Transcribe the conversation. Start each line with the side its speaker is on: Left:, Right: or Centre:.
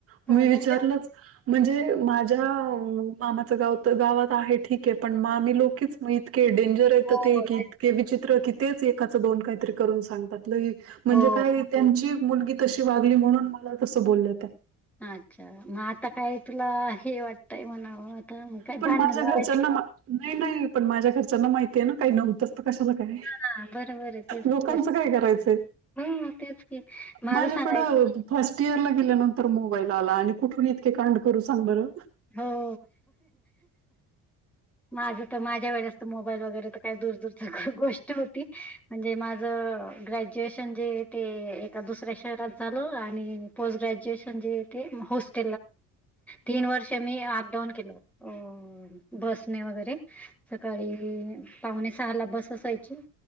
Right: मी
Centre: हो
Right: विचारलंच.
Centre: ना.
Right: म्हणजे माझ्या मामाचं गाव गावात आहे, ठीक आहे पण मामी लोकीच. मग इतके डेंजर हेतती
Centre: हो,
Right: ते
Centre: हो,
Right: की, इतके विचित्र की तेच एकाचं दोन काहीतरी करून सांगतात. लै म्हणजे
Centre: हो
Right: काय, त्यांची मुलगी तशी वागली म्हणून, मला तसं बोल्या त्या.
Centre: अच्छा, मग आता काय तुला हे वाटतंय म्हणावं. आता मग काय
Right: पण
Centre: भांडणं
Right: माझ्या
Centre: लावायचे
Right: घरच्यांना नाही, नाही पण माझ्या घरच्यांना माहिती आहे ना. काही नव्हतंचत कशाला काय,
Centre: हा, बर बर तेच
Right: लोकांचं
Centre: तेच
Right: काय करायचंय.
Centre: हो, तेच की माझ
Right: माझ्याकडं
Centre: सांगायचं.
Right: फर्स्ट इयर ला गेल्यानंतर मोबाईल आला आणि कुठून इतके कांड करू सांग बरं.
Centre: हो माझ तर माझ्या वेळेस मोबाईल वगैरे का दूर दूर गोष्ट होती म्हणजे माझ ग ग्रॅज्युएशन ते एका दुसऱ्या शहरात झालं आणि पोस्ट ग्रॅज्युएशन जे ते होस्ट तीन वर्ष मी अपडाऊन केलं अ बसने वगैरे सकाळी पावणे सहा ला बस असायची.